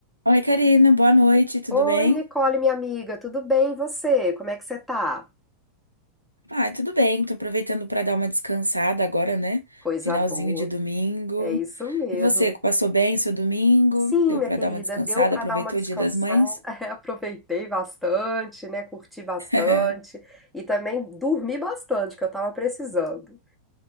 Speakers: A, on the right (about 80°); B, in the centre.
A: Oi, Karina, boa noite, tudo
B: Oi,
A: bem?
B: Nicole, minha amiga, tudo bem? E você? Como é que você tá?
A: Ah, tudo bem, tô aproveitando para dar uma descansada agora, né?
B: Coisa
A: Finalzinho
B: boa,
A: de domingo.
B: é isso mesmo.
A: E você, passou bem o seu domingo?
B: Sim,
A: Deu
B: minha
A: para
B: querida,
A: dar uma descansada?
B: deu para
A: Aproveitou
B: dar uma descansada.
A: o Dia das Mães?
B: <laughs> Aproveitei bastante, né? Curti bastante
A: <laughs>
B: e também dormi bastante, que eu tava precisando.